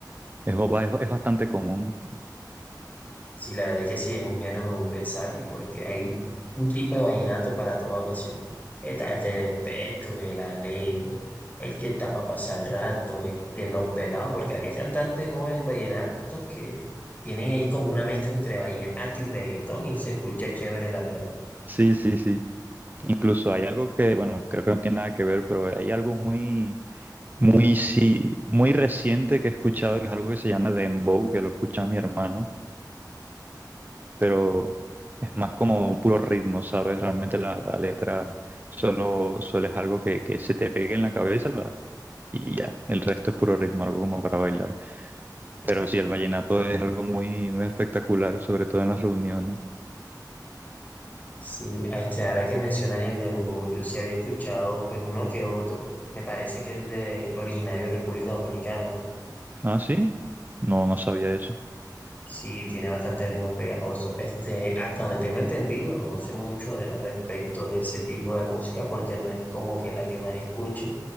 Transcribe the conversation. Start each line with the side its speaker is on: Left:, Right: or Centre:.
Right: Es, bo- es, es bastante común.
Left: Sí, la verdad que sí, es un género muy versátil porque hay un tipo de vallenato para toda ocasión. Está el de despecho, el alegre, el que está para pasar el rato, el de los pelados, porque ahora hay cantantes jóvenes vallenatos que tienen ahí como una mezcla entre vallenato y reggaetón y se escucha chévere, la verdad.
Right: Sí, sí, sí. Incluso hay algo que, bueno, creo que no tiene nada que ver, pero hay algo muy, muy, sí, muy reciente que he escuchado, que es algo que se llama dembow, que lo escucha mi hermano, pero es más como puro ritmo, ¿sabes? Realmente la, la letra solo, solo es algo que, que se te pegue en la cabeza. y ya, el resto es puro ritmo, algo como para bailar. Pero sí, el vallenato es algo muy, muy espectacular, sobre todo en las reuniones.
Left: Sí, este, ahora que mencionas el dembow, yo sí había escuchado pues uno que otro. Me parece que es de originario de República Dominicana, ¿no?
Right: Ah, sí, no, no sabía eso.
Left: Sí, tiene bastante ritmos pegajosos. Este, hasta donde tengo entendido, no sé mucho de- al respecto de ese tipo de música porque no es como que la que más escuche,